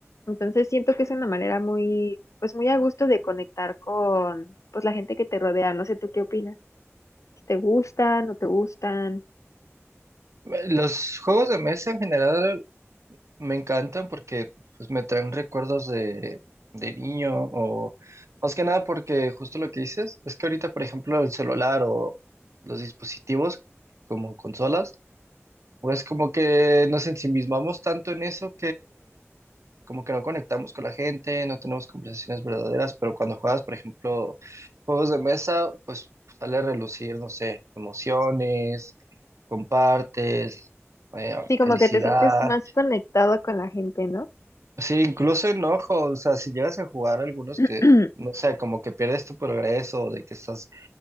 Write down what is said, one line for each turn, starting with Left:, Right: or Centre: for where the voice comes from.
Left: Entonces siento que es una manera muy, pues muy a gusto de conectar con, pues la gente que te rodea. No sé, ¿tú qué opinas? Si ¿Te gustan, no te gustan?
Right: Eh, Los juegos de mesa en general me encantan porque pues, me traen recuerdos de, de niño o más que nada porque justo lo que dices es que ahorita, por ejemplo, el celular o los dispositivos como consolas, pues como que nos ensimismamos tanto en eso como que no conectamos con la gente, no tenemos conversaciones verdaderas, pero cuando juegas, por ejemplo, juegos de mesa, pues sale a relucir, no sé, emociones, compartes, eh,
Left: Sí, como
Right: felicidad,
Left: que te sientes más conectado con la gente, ¿no?
Right: sí, incluso enojo, o sea, si llegas a jugar algunos
Left: <clears throat>
Right: que, no sé, como que pierdes tu progreso, de que estás,